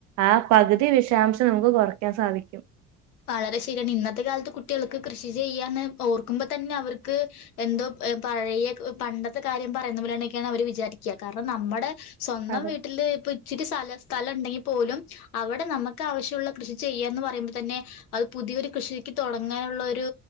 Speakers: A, on the right; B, on the left.
A: ആഹ് പകുതി വിഷാംശം നമുക്ക് കുറയ്ക്കാൻ സാധിക്കും.
B: വളരെ ശരിയാണ് ഇന്നത്തെ കാലത്ത് കുട്ടികൾക്ക് കൃഷി ചെയ്യാന്ന് ഓർക്കുമ്പൊ തന്നെ അവർക്ക്. എന്തോ പഴയ പണ്ടത്തെ കാര്യം പറയുന്ന പോലെണൊക്കെയാണ് അവര് വിചാരിക്കുക കാരണം നമ്മടെ. സ്വന്തം
A: അതെ.
B: വീട്ടില് ഇപ്പൊ ഇച്ചിരി സ്ഥല സ്ഥലം ഉണ്ടെങ്കിൽ പോലും അവിടെ നമ്മക്ക് ആവശ്യള്ള കൃഷി ചെയ്യാന്ന് പറയുമ്പോൾ തന്നെ അത് പുതിയൊരു കൃഷിക്ക് തൊടങ്ങാനുള്ള ഒരു